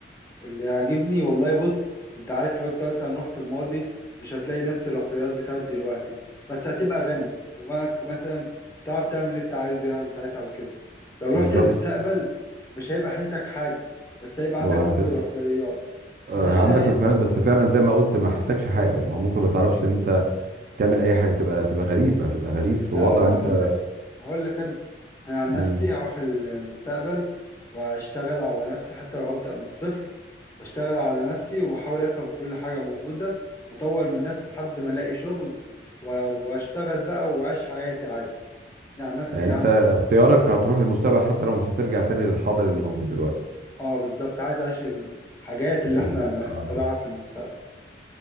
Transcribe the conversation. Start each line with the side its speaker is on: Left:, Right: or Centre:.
Left: اللي يعجبني والله بص انت عارف لو انت مثلا رحت الماضي مش هتلاقي نفس الرفاهيات بتاعت دلوقتي بس هتبقى غني وبقى مثلا تعرف تعمل اللي انت عايزه يعني ساعتها وكده لو رحت
Right: بالظبط
Left: المستقبل مش هيبقى حيلتك حاجة بس هيبقى
Right: وهت...
Left: عندك كل الرفاهيات
Right: آه،
Left: فانا شايف
Right: عندك رفاهيات بس فعلا زي ما قلت ما حلتكش حاجه ما ممكن ما تعرفش ان انت تعمل اي حاجه تبقى تبقى غريب هتبقى غريب في
Left: لا
Right: وضع
Left: ما هقول
Right: انت
Left: هقول لك انا انا عن نفسي
Right: مم.
Left: هروح المستقبل واشتغل على نفسي حتى لو هبدأ من الصفر واشتغل على نفسي واحاول افهم كل حاجة موجودة واطور من نفسي لحد ما الاقي شغل و- واشتغل بقى واعيش حياتي عادي أنا عن نفسي
Right: يعني
Left: كده
Right: انت
Left: هعمل
Right: اختيارك
Left: كده
Right: هتروح للمستقبل حتى لو مش هترجع تاني للحاضر اللي موجود دلوقتي
Left: اه بالظبط عايز اعيش الحاجات اللي
Right: في...
Left: احنا
Right: ال-
Left: نخترعها
Right: آه.
Left: في المستقبل